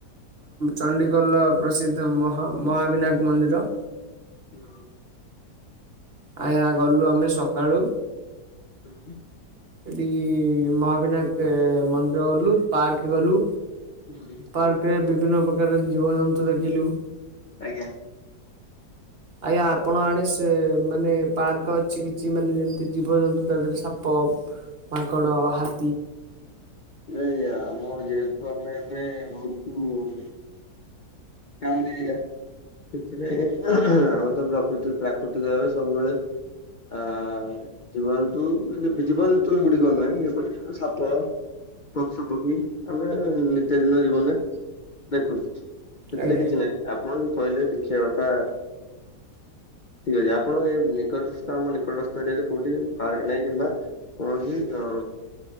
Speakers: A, on the right; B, on the left.
A: ଚଣ୍ଡିକୋଲ ପ୍ରସିଦ୍ଧ ମହା ମହାବିନାୟକ ମନ୍ଦିର
B: ହଁ।
A: ଆଜ୍ଞା ଗଲୁ ଆମେ ସକାଳୁ
B: ହୁଁ।
A: ଏଠିକି ମହାବିନାୟକ ମନ୍ଦିର ଗଲୁ ପାର୍କ ଗଲୁ।
B: ହୁଁ
A: ପାର୍କ ରେ ବି ବିଭିନ୍ନ ପ୍ରକାର ଜୀବଜନ୍ତୁ ଦେଖିଲୁ।
B: ଆଜ୍ଞା।
A: ଆଜ୍ଞା ଆପଣଙ୍କ ଆଡେ ସେ ମାନେ ପାର୍କ ଅଛି, କିଛି ମାନେ ଯେମିତି ଜୀବଜନ୍ତୁ ତା ଦେହରେ ସାପ ମାଙ୍କଡ ହାତ
B: ନାଇଁ। ଆମ ଯେହେତୁ ଆମେ ଏବେ ରହୁଛୁ। କଡି ସେଥିରେ ଆମେ ତ ପ୍ରକୃତି ପ୍ରାକୃତିକ ଭାବେ ସବୁବେଳେ ଆ ଜୀବନ୍ତୁ ଜୀବନ୍ତୁ ଗୁଡିକ ନୁହେଁ ଯେପରି ସାପ ପକ୍ଷୁପକ୍ଷୀ ଆମେ ନିତ୍ୟଦିନ ଜୀବନରେ ଦେଖୁଛୁ। ସେଥିରେ
A: ଆଜ୍ଞା
B: କିଛି ନାହିଁ ଆପଣ। କହିଲେ ଦେଖିବା କଥା ଠିକ ଅଛି, ଆପଣ ଏ ନିକଟସ୍ଥ ଆମ ନିକଟସ୍ଥ ଏରିଆରେ କୋଉଠି ପାର୍କ ନାହିଁ କିମ୍ବା କୌଣସି ଆ